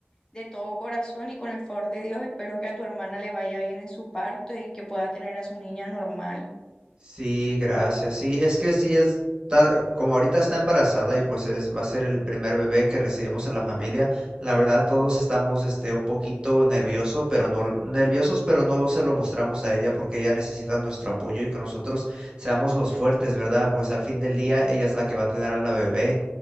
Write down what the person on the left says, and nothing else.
de todo corazón y con el favor de Dios espero que a tu hermana le vaya bien en su parto y que pueda tener a su niña normal.